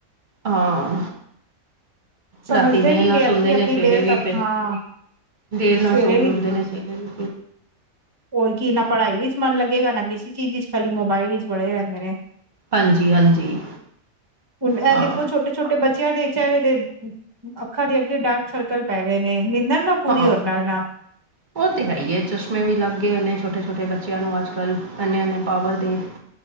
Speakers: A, on the right; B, on the right.
A: ਹਾਂ।
B: ਸਮਝਦੇ
A: ਰਾਤੀ ਦੇਰ
B: ਨੀ
A: ਨਾਲ ਸੋੰਦੇ
B: ਅੱਧੀ
A: ਨੇ,
B: ਅੱਧੀ
A: ਸਵੇਰੇ
B: ਦੇਰ
A: ਵੀ
B: ਤੱਕ
A: ਫਿਰ
B: ਹਾਂ
A: ਦੇਰ ਨਾਲ
B: ਸਵੇਰੇ
A: ਸੋ
B: ਵੀ
A: ਕੇ ਉੱਠਦੇ ਨੇ ਸਵੇ ਏਵੀ
B: ਹੋਰ ਕੀ ਨਾ ਪੜ੍ਹਾਈ ਵਿੱਚ ਮਨ ਲੱਗੇਗਾ ਨਾ ਕਿਸੀ ਚੀਜ਼ ਇਚ ਖਾਲੀ ਮੋਬਾਇਲ ਵਿਚ ਪੜੇ ਰੈੰਦੇ ਨੇ।
A: ਹਾਂਜੀ ਹਾਂਜੀ
B: ਹੁਣ
A: ਹਾਂ
B: ਐ ਦੇਖੋ ਛੋਟੇ ਛੋਟੇ ਬੱਚੇਆਂ ਦੇ ਚੈਰੇ ਤੇ ਅੱਖਾਂ ਦੇ ਅੱਗੇ ਡਾਰਕ ਸਰਕਲ ਪੈ ਗਏ ਨੇ, ਨਿੰਦਰ ਨਾ ਪੂਰੀ
A: ਹਾਂ।
B: ਹੋਣ ਨਾਲ ਨਾ।
A: ਓਹ ਤੇ ਹੈ ਈ ਏ, ਚਸ਼ਮੇ ਵੀ ਲੱਗ ਗਏ ਹੋਏ ਨੇ ਛੋਟੇ-ਛੋਟੇ ਬੱਚਿਆਂ ਨੂੰ ਅੱਜ-ਕੱਲ੍ਹ, ਐਨੇ-ਐਨੇ ਪਾਵਰ ਦੇ।